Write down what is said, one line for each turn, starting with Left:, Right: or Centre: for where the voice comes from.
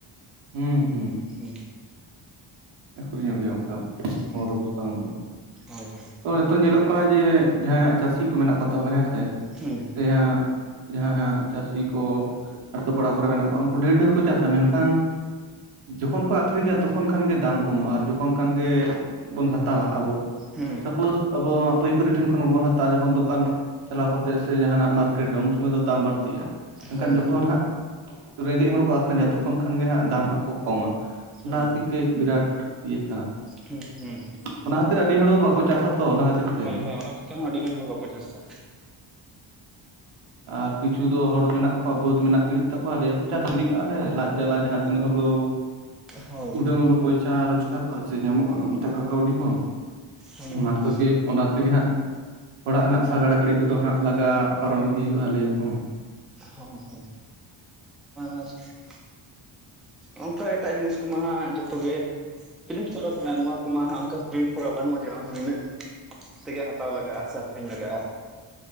Right: ᱦᱩᱸ ᱦᱩᱸ᱾
Centre: ᱦᱩᱸ᱾
Right: ᱟᱹᱠᱷᱨᱤᱧᱚᱜ ᱜᱮᱭᱟ ᱚᱱᱠᱟ᱾
Centre: ᱦᱮᱸ
Right: ᱯᱚᱱᱨᱚ ᱵᱚᱥᱛᱟ ᱜᱟᱱ ᱫᱚ
Centre: ᱦᱳᱭ ᱦᱳᱭ
Right: ᱛᱚ ᱱᱤᱛᱚᱝ ᱧᱮᱞᱚᱜ ᱠᱟᱱᱟ ᱡᱮ ᱡᱟᱦᱟᱸᱟᱜ ᱪᱟᱹᱥᱤ ᱠᱚ ᱢᱮᱱᱟᱜ ᱠᱚᱛᱟ ᱵᱚᱱᱟ ᱦᱮᱸᱥᱮ
Centre: ᱦᱩᱸ
Right: ᱥᱮ ᱦᱟ ᱡᱟᱦᱟᱸᱭ ᱦᱟᱜ ᱪᱟᱹᱥᱤ ᱠᱚ ᱟᱛᱳ ᱯᱟᱲᱟ ᱠᱚᱨᱮ ᱢᱮᱱᱟᱜ ᱠᱚᱣᱟ ᱩᱱᱠᱩ ᱰᱷᱮᱨ ᱰᱷᱮᱨ ᱠᱚ ᱪᱟᱥᱟ ᱢᱮᱱᱠᱷᱟᱱ ᱡᱚᱠᱷᱚᱱ ᱠᱚ ᱟᱠᱷᱨᱤᱧᱟ ᱛᱚᱠᱷᱚᱱ ᱠᱷᱟᱱᱜᱮ ᱫᱟᱢ ᱠᱚᱢᱚᱜᱼᱟ ᱟᱨ ᱡᱚᱠᱷᱚᱱ ᱠᱷᱟᱱ ᱜᱮᱵᱚᱱ ᱦᱟᱛᱟᱣᱟ ᱟᱵᱚ
Centre: ᱦᱩᱸ
Right: ᱥᱟᱯᱳᱡ ᱟᱵᱚ ᱯᱟᱹᱭ ᱠᱟᱨᱤ ᱴᱷᱮᱱ ᱠᱷᱚᱱ ᱜᱮᱵᱚᱱ ᱦᱟᱛᱟᱼᱟ ᱡᱚᱠᱷᱚᱱ ᱫᱚᱠᱟᱱ ᱪᱟᱞᱟᱣ ᱠᱟᱛᱮ ᱥᱮ ᱡᱟᱦᱟᱱᱟᱜ ᱢᱟᱨᱠᱮᱴ ᱨᱮ ᱩᱱ ᱥᱚᱢᱚᱭ ᱫᱚ ᱫᱟᱢ ᱵᱟᱹᱲ ᱟᱹᱜᱼᱟ ᱢᱮᱱᱱᱠᱷᱟᱱ
Centre: ᱦᱳᱭ ᱦᱳᱭ
Right: ᱡᱚᱠᱷᱚᱱ ᱦᱟᱸᱜ ᱨᱮᱸᱜᱮᱡ ᱦᱚᱲ ᱠᱚ ᱟᱹᱷᱨᱤᱧᱟ ᱛᱚᱠᱷᱚᱱ ᱠᱷᱟᱱ ᱜᱮ ᱦᱟᱸᱜ ᱫᱟᱢ ᱦᱟᱸᱜ ᱠᱚ ᱠᱚᱢᱟ
Centre: ᱦᱩᱸ
Right: ᱚᱱᱟ ᱠᱷᱟᱹᱛ ᱠᱟᱹᱡ ᱵᱤᱨᱟᱴ ᱤᱭᱟᱹᱜ
Centre: ᱦᱩᱸ ᱦᱳᱭ ᱦᱳᱭ ᱦᱩᱸ ᱦᱩᱸ ᱦᱩᱸ ᱦᱩᱸ
Right: ᱠᱟᱱᱟ
Centre: ᱦᱩᱸ
Right: ᱟᱨᱠᱤ ᱚᱱᱟ ᱟᱹᱰᱤ ᱦᱚᱲ ᱦᱚᱸ ᱵᱟᱠᱚ ᱪᱟᱥᱟ ᱛᱚ ᱚᱱᱟ ᱠᱷᱟᱹᱛᱤᱨ ᱛᱮ
Centre: ᱦᱳᱭ ᱦᱳᱭ ᱚᱱᱟ ᱠᱷᱟ. ᱛᱤᱨ ᱦᱚᱸ ᱟᱹᱰᱤ ᱜᱟᱱ ᱦᱚᱲ ᱵᱟᱠᱚ ᱪᱟᱥᱟ
Right: ᱟᱨ ᱠᱤᱪᱷᱩ ᱫᱚ ᱦᱚᱲ ᱢᱮᱱᱟᱜ ᱠᱚᱣᱟ ᱵᱟᱹᱫ ᱟᱨ ᱠᱤᱷᱩ ᱫᱚ ᱦᱚᱲ ᱢᱮᱱᱟᱜ ᱜᱤᱰᱤᱜ ᱛᱟᱠᱚᱣᱟ ᱞᱮᱭᱟ ᱠᱚ ᱪᱟᱥ ᱜᱤᱰᱤ ᱠᱟᱜᱼᱟ ᱞᱮ ᱞᱟᱡ ᱡᱟᱞᱟ ᱡᱟᱦᱟᱸ ᱛᱤᱱᱟᱹᱜ ᱦᱚᱞᱳ
Centre: ᱦᱳᱭ
Right: ᱩᱰᱟ.
Centre: ᱦᱩᱸ
Right: ᱝ ᱯᱚᱭᱥᱟ ᱨᱳᱡᱽᱜᱟᱨ ᱥᱮ ᱧᱟᱢ ᱴᱟᱠᱟ ᱠᱟᱣᱰᱤ ᱠᱚ
Centre: ᱦᱩᱸ
Right: ᱚᱱᱟ ᱛᱮᱜᱮ ᱚᱱᱟ ᱛᱮᱜᱮ ᱦᱟᱸᱜ ᱚᱲᱟᱜ ᱨᱮᱱᱟᱜ ᱥᱟᱜᱟᱲ ᱜᱟᱲᱤ ᱠᱚᱫᱚ ᱦᱟᱸᱜ ᱞᱟᱜᱟ ᱯᱟᱨᱚᱢ ᱤᱫᱤ ᱦᱩᱭᱩᱜᱼᱟ ᱞᱮᱭ ᱟᱠᱚ
Centre: ᱦᱮᱸ ᱦᱮᱸ ᱟᱨ <unintelligible> ᱚᱱᱠᱟ ᱮᱴᱟᱜ ᱡᱤᱱᱤᱥ ᱠᱚᱢᱟ ᱦᱟᱜ ᱡᱚᱛᱚᱜᱮ <unintelligible> ᱠᱚᱨᱟ ᱠᱟᱱᱟ ᱱᱚᱣᱟ ᱠᱚᱢᱟ ᱚᱱᱠᱟ ᱯᱨᱴ ᱠᱚᱨᱟ ᱵᱟᱹᱱᱩᱜᱼᱟ ᱡᱮ ᱫᱚ ᱱᱤᱱᱟᱹᱜ <unintelligible> ᱛᱮᱜᱮ ᱦᱟᱛᱟᱣ ᱞᱟᱜᱟᱜᱼᱟ ᱥᱮ ᱟᱹᱷᱨᱤᱧ ᱞᱟᱜᱟᱜᱼᱟ